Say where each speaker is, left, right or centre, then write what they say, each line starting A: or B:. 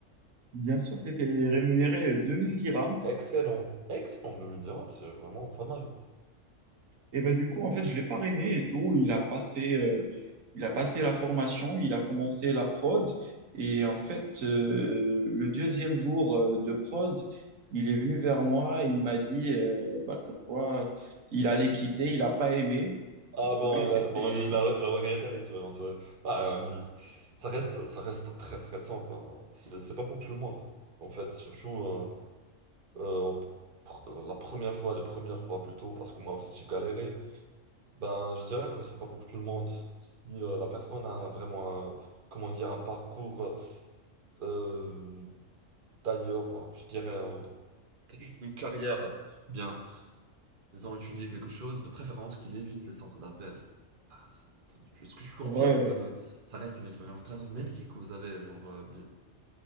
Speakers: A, on the right (about 85°); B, on the right (about 45°).
A: bien sûr, c'était rémunéré euh, 2000 dirhams.
B: Excellent, excellent 2010, c'est vraiment pas mal.
A: Et ben, du coup, en fait, je l'ai parrainé et tout. Il a passé, euh, il a passé la formation, il a commencé la prod. Et en fait, euh, le deuxième jour euh, de prod, il est venu vers moi et il m'a dit euh, bah, comme quoi il allait quitter, il n'a pas aimé.
B: Ah
A: Il trouvait
B: bon,
A: que
B: elle
A: c'était...
B: a, bon, il a, il a regretté l'expérience. ouais. Bah, euh, mais ça reste, ça reste très stressant. quoi. C'est c'est pas pour tout le monde. En fait, surtout euh, euh, pr- euh, la première fois, les premières fois plutôt, parce que moi aussi j'ai galéré. Ben, je dirais que c'est pas pour tout le monde. Si euh, la personne a vraiment, un- comment dire, un parcours. euh, D'ailleurs, je dirais euh, une carrière, euh, bien, ils ont étudié quelque chose, de préférence qu'il évite les centres d'appel. Ah, c'est- Est-ce que je confirme
A: Ouais,
B: que ça reste une expérience stressante, même si que vous avez genre euh, bien,